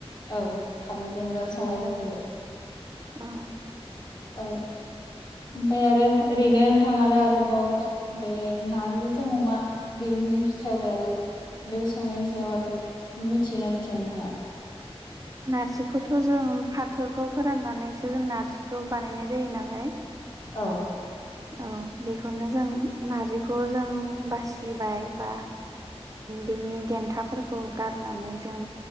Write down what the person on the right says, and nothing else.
औ
नारजिखौथ' जों फाथोखौ फोराननानैसो जों नार्जिखौ बानायनाय जायो नालाय
औ बेखौनो जों नारजिखौ जों बासिबाय बा बिनि देन्थाफोरखौ गारनानै जों